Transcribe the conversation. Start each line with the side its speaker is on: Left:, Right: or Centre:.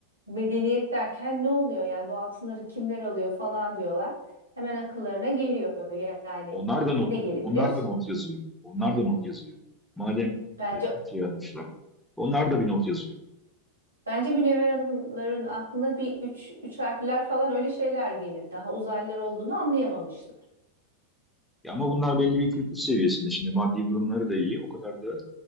Right: medeniyet derken ne oluyor yani bu altınları kimler alıyor falan diyorlar. Hemen akıllarına geliyor yani
Centre: Onlar da not,
Right: ne gelebilir?
Centre: onlar da not yazıyor. Onlar da not yazıyor. Madem
Right: Bence
Centre: e, Türkiye yazmışlar, onlar da bir not yazıyor.
Right: bence Münevver Hanımların aklına bir üç, üç harfler falan öyle şeyler gelir. Daha uzaylılar olduğunu anlayamamışlar.
Centre: Ya ama bunlar belli bir kültür seviyesinde. Şimdi maddi durumları da iyi, o kadar da